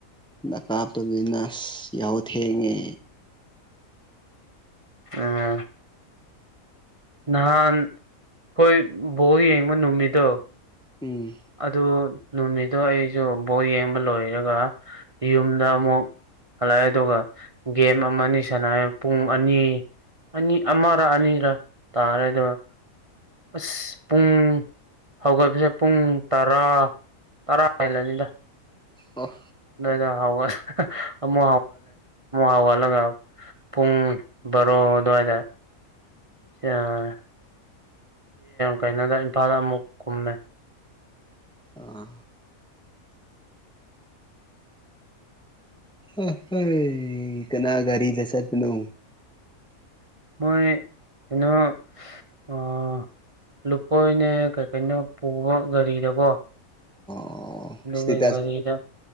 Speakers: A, in the centre; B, on the right (about 30°).
A: ꯅꯀꯥꯞꯇꯕꯤꯖꯤꯅꯁ ꯌꯥꯍꯧ ꯊꯦꯡꯉꯦ
B: ꯑꯝ ꯅꯍꯥꯟ ꯑꯈꯣꯏ ꯕꯣꯜ ꯌꯦꯡꯕ ꯅꯨꯃꯤꯠꯇꯣ
A: ꯎꯝ
B: ꯑꯗꯨ ꯅꯨꯃꯤꯠꯇꯣ ꯑꯩꯁꯨ ꯕꯣꯜ ꯌꯦꯡꯕ ꯂꯣꯏꯔꯒ ꯌꯨꯝꯗ ꯑꯃꯨꯛ ꯍꯜꯂꯛꯑꯦ ꯑꯗꯨꯒ ꯒꯦꯝ ꯑꯃꯅꯤ ꯑꯅꯤ ꯁꯥꯟꯅꯔꯦ ꯄꯨꯡ ꯑꯅꯤ ꯑꯅꯤ ꯑꯃꯔ ꯑꯅꯤꯔ ꯇꯥꯔꯦ ꯑꯗꯨꯒ ꯑꯁ ꯄꯨꯡ ꯍꯧꯒꯠꯄꯁꯦ ꯄꯨꯡ ꯇꯔꯥ ꯇꯔꯥ ꯍꯦꯜꯂꯅꯤꯗ
A: ꯑꯣ
B: ꯍꯒ ꯍꯥꯎꯒꯂꯦ ꯑꯃ ꯍꯥꯎꯒ ꯆꯠꯂꯒ ꯄꯨꯡ ꯕꯥꯔꯣ ꯑꯗꯨꯋꯥꯏꯗ ꯁꯤꯡ ꯀꯩꯅꯣꯗ ꯏꯝꯐꯥꯜꯗ ꯑꯃꯨꯛ ꯀꯨꯝꯃꯦ
A: ꯑꯥ ꯑꯥ ꯍꯣꯏ ꯀꯅꯥ ꯒꯥꯔꯤꯗ ꯆꯠꯄꯅꯣ
B: ꯃꯣꯏ ꯀꯩꯅꯣꯑꯥ ꯑꯥ ꯂꯨꯈꯣꯏꯅꯦ ꯀꯩ ꯀꯩꯅꯣ ꯄꯨꯕ ꯒꯥꯔꯤꯗꯀꯣ
A: ꯑꯣ
B: ꯑꯗꯨꯒꯤ
A: ꯁ꯭ꯇꯦꯇꯁ
B: ꯒꯥꯔꯤꯗ